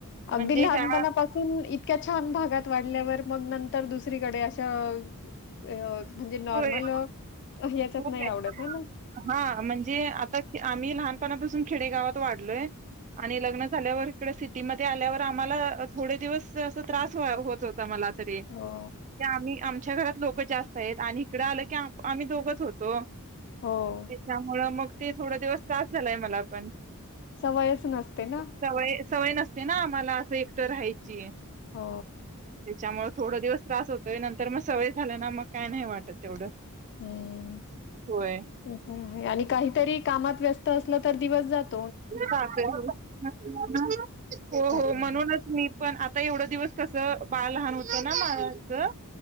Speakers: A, on the left; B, on the right.
A: अगदी
B: म्हणजे
A: लहानपणापासून
B: ह्या
A: तून, इतक्या छान भागात वाढल्यावर मग नंतर दुसरीकडे अशा अ अं म्हणजे नॉर्मलं
B: होय
A: याच्यात
B: होय
A: नाही आवडत हे ना?
B: हा म्हणजे आता आम्ही लहानपणापासून खेडेगावात वाढलोय. आणि लग्न झाल्यावर इकडे सिटीमध्ये आल्यावर आम्हाला थोडे दिवस अस त्रास फार होत होता मला. ते
A: हो,
B: आम्ही आमच्या घरात लोक जास्त आहेत, आणि इकडं आलं की आम्ही दोघचं होतो.
A: हो,
B: त्याच्यामुळं मग ते थोडा दिवस त्रास झालाय मला पण.
A: सवयचं नसते ना.
B: सवय, सवय नसते ना आम्हाला असं एकटं राहायची.
A: हो,
B: त्याचामुळ थोडं दिवस त्रास होतोय, नंतर मग सवय झाला ना मग काय नाही वाटत तेवढं.
A: ह्म्म,
B: होय,
A: हं, हं आणि काहीतरी कामात व्यस्त असलं तर दिवस जात
B: काय तो म्हणून हो, हो
A: जात नाही.
B: म्हणूनच. मी पण आता एवढा दिवस कसं, बाळ लहान होतं ना माझं.